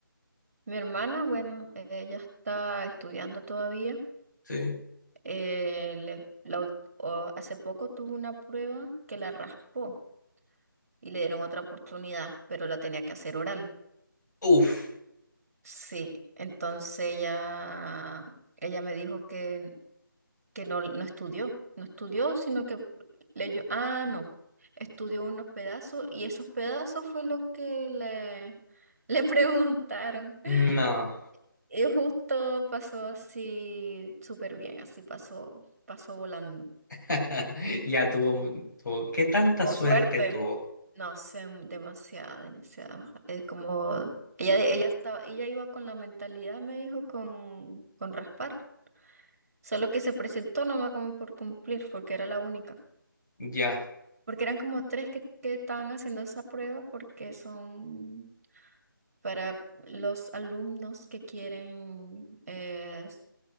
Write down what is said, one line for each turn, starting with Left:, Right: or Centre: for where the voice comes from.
Right: Mi hermana, bueno, ella está estudiando todavía.
Left: Sí.
Right: Eh, le- la ult- o- hace poco tuvo una prueba que la raspó y le dieron otra oportunidad, pero la tenía que hacer oral.
Left: Uf.
Right: Sí, entonces ella, ella me dijo que, que no, no estudió, no estudió, sino que leyó, ah, no, estudió unos pedazos y esos pedazos fue lo que le, le preguntaron.
Left: No.
Right: <laughs> Y justo pasó así súper bien, así pasó, pasó volando.
Left: <laughs> Ya tuvo, tuvo. ¿Qué tanta
Right: Tuvo
Left: suerte
Right: suerte.
Left: tuvo?
Right: No sé, demasiada, demasiada. Es como ella, ella estaba, ella iba con la mentalidad, me dijo, con, con raspar. Solo que se presentó nomás como por cumplir, porque era la única.
Left: Ya.
Right: Porque eran como tres que, que estaban haciendo esa prueba porque son para los alumnos que quieren eh,